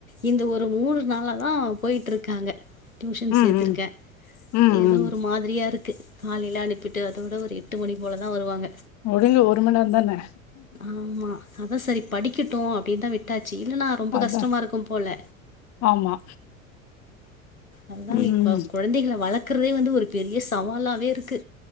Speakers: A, on the left (about 85°); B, on the left (about 40°).
A: இந்த ஒரு மூணு நாள தா போய்ட்ருக்காங்க டியூஷன்
B: ம்
A: சேத்துருக்கே
B: ம் ம் ம்
A: அது ஏதோ ஒரு மாதிரியா இருக்கு காலையிலா அனுப்பிட்டு அதோட ஒரு எட்டு மணி போல தா வருவாங்க
B: முடி ஒரு மண்நேர தானே
A: ஆமா அதா சரி படிக்கட்டோ அப்டின்னு தா விட்டு இல்ன்னா ரொம்ப
B: அதா
A: கஷ்டமா இருக்கு போல
B: ஆமா
A: அங்க
B: ம்
A: இப்ப குழந்தைகளை வளர்க் க்கிறதே வந்து ஒரு பெரிய சவாலாவேருக்கு